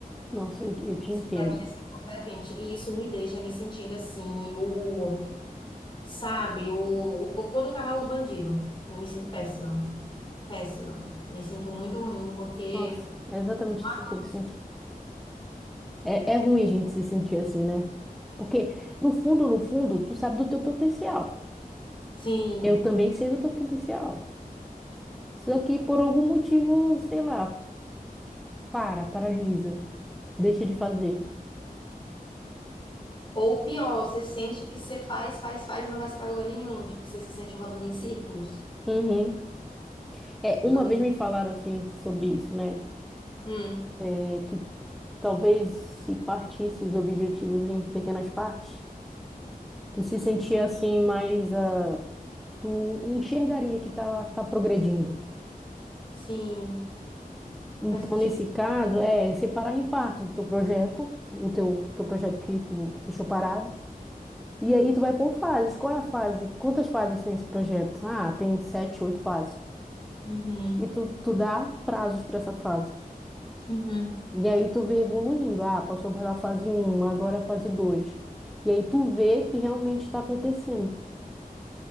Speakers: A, in the centre; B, on the left (about 35°).
A: Nossa, eu, eu te
B: Isso
A: entendo.
B: pra mim é ser incompetente. E isso me deixa me sentindo assim, o, sabe, o, o cocô do cavalo do bandido. Eu me sinto péssima, péssima. Me sinto muito ruim porque
A: Nossa, é exatamente
B: não
A: assim
B: avanço.
A: que eu me sinto. É, é ruim a gente se sentir assim, né? Porque, no fundo, no fundo, tu sabe do teu potencial.
B: Sim.
A: Eu também sei do teu potencial. Só que, por algum motivo, sei lá, para, paralisa. deixa de fazer.
B: Ou pior, você sente que você faz, faz, faz e não vai pra lugar nenhum. Tipo, você se sente rodando em círculos.
A: Uhum. É,
B: Eu
A: uma
B: tô me
A: vez
B: sentindo.
A: me falaram assim sobre isso, né?
B: Hum,
A: É, que talvez se partisse os objetivos em pequenas partes, tu se sentia assim mais, ah, tu enxergaria que tá, tá progredindo.
B: sim,
A: Então,
B: faz sentido.
A: nesse caso, é separar em partes o teu projeto, o teu, teu projeto que tu deixou parado. E aí tu vai por fases. Qual é a fase? Quantas fases tem esse projeto? Ah, tem sete, oito fases.
B: Uhum,
A: E tu, tu dá prazos para essa fase.
B: uhum.
A: E aí tu vê evoluindo. Ah, passou pela fase um agora a fase dois E aí tu vê que realmente está acontecendo.